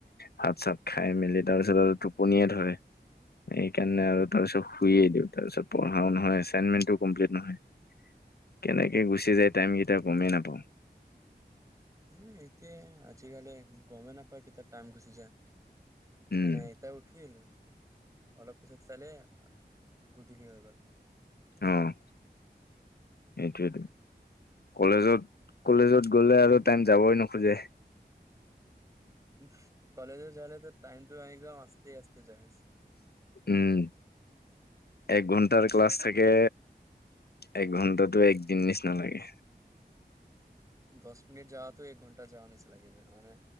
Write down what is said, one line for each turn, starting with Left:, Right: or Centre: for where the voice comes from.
Left: ভাত চাত খাই মেলি তাৰপিছত আৰু টোপনিয়ে ধৰে সেইকাৰণে আৰু তাৰ পিছত শুইে দিও, তাৰ পিছত পঢ়াও নহয় এচাইন্টমেন্টো কমপ্লিট নহয়, কেনেকে গুচি যায় টাইম কেইটা গমেই নাপাও।
Right: উম, এতিয়া আজিকালি গমে নাপায় কেতিয়া টাইম গুচি যায়।
Left: উম
Right: মানে এতিয়া উঠিল। অলপ পিছত চালে গধূলি হৈ গ'ল।
Left: অ' সেইটোৱেইটো কলেজত, কলেজত গ'লে আৰু টাইম যাবই নোখোজে।
Right: উম' কলেজত যোৱা হ'লে তো টাইমটো একদম অতছে অতছে তে যাহেজ
Left: উম, এক ঘণ্টাৰ ক্লাছ থাকে। একঘণ্টা। টো এক দিন নিচিনা লাগে।
Right: দহ মিনিট যাৱাতো এক ঘণ্টা যাৱা নিচিনা লাগি যায়, মানে